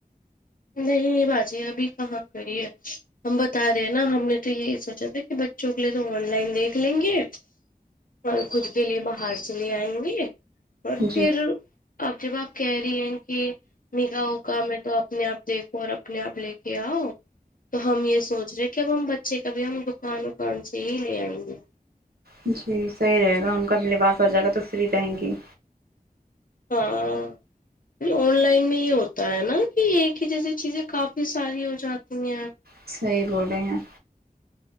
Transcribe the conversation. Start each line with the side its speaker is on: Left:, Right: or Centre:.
Left: نہیں باجی ابھی کہاں کری ہے ہم بتا رہے ہیں نا ہم نے تو یہی سونچا تھا کہ بچوں کے لیے تو آن لائن دیکھ لیں گے اور خود کے لیے باہر سے لے آئیں گے اور پھر
Right: جی
Left: اب جب آپ کہہ رہی ہیں کی نگاہوں کامیں تو اپنے آپ دیکھو اور اپنے آپ لے کے آؤ تو ہم یہ سوچ رہے کب ہم بچے کبھی ہم دکان وکان سے ہی لے آئیں گے
Right: جی صحیح رہے گا ان کا بھی لباس ہو جائے گا تو فری رہیں گی
Left: ہاں آن لائن میں یہ ہوتا ہے نا کہ ایک ہی جیسی چیزیں کافی ساری ہو جاتی ہیں
Right: صحیح بول رہے ہیں